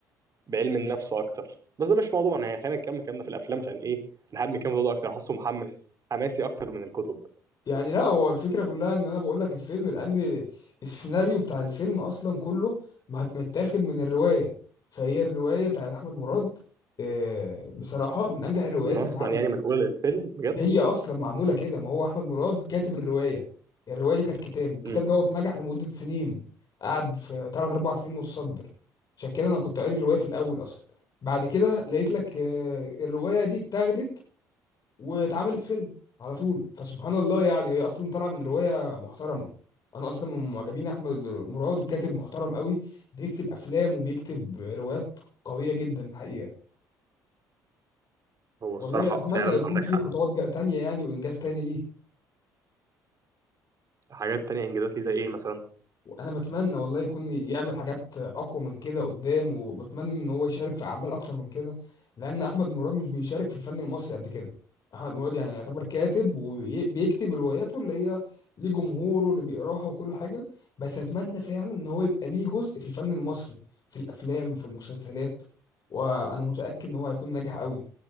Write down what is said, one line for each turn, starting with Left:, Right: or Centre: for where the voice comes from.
Right: بعلم النفس اكتر بس ده مش موضوعنا يعني خلينا نكمل كلامنا في الافلام عشان ايه انا حابب نكمل الموضوع ده اكتر حاسه محمس حماسي اكتر من الكتب
Left: يعني لا هو الفكرة كلها ان انا بقول لك الفيلم لان السيناريو بتاع الفيلم اصلا كله مت- متاخد من الرواية فهي الرواية بتاعت احمد مراد آه، بصراحة من انجح الروايات
Right: نصا
Left: اللي اتعملت
Right: يعني منقوله للفيلم بجد
Left: هي اصلا معمولة كده ما هو احمد مراد كاتب الرواية الرواية دي كانت كتاب والكتاب
Right: امم
Left: دوت نجح لمدة سنين قعد في 3 4 سنين متصدر عشان كده انا كنت قاري الرواية في الاول اصلا بعد كده لقيت لك آه، الرواية دي اتاخدت واتعملت فيلم على طول فسبحان الله يعني هي اصلا طالعه من روايه محترمه انا اصلا من معجبين احمد مراد وكاتب محترم قوي بيكتب افلام وبيكتب روايات قويه جدا الحقيقه
Right: هو
Left: والله
Right: الصراحه
Left: اتمنى
Right: فعلا
Left: يكون
Right: عندك
Left: في
Right: حق
Left: خطوات جا- تانية يعني وانجاز تاني ليه
Right: حاجات تانية انجازات ليه زي ايه مثلا
Left: انا بتمنى والله يكون يعمل حاجات اقوى من كده قدام وبتمنى ان هو يشارك في اعمال اكتر من كده لان احمد مراد مش بيشارك في الفن المصري قد كده احمد مراد يعني يعتبر كاتب وبيكتب رواياته اللي هي ليه جمهوره اللي بيقراها وكل حاجه بس اتمنى فعلا ان هو يبقى ليه جزء في الفن المصري في الافلام في المسلسلات وانا متاكد ان هو هيكون ناجح قوي